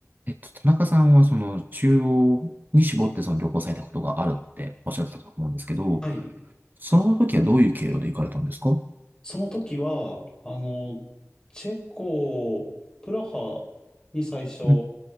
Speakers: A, on the right (about 40°); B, on the left (about 15°).
A: えっと、田中さんはその中央に絞ってその旅行されたことがあるっておっしゃってたと思うんですけど、
B: はい。
A: その時はどういう経路で行かれたんですかう
B: その時は、あの、チェコ、プラハに最初、
A: ん、